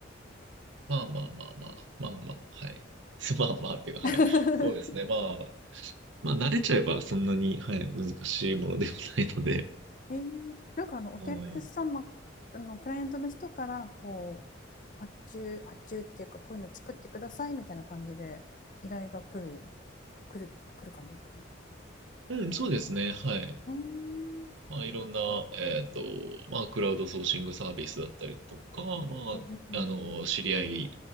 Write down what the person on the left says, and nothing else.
<laughs>
えー、なんかあのお客様、
あのクライアントの人からこう発注、発注っていうか、こういうの作ってくださいみたいな感じで依頼が来る、来る、来る感じですか
うーん、
うんうんうん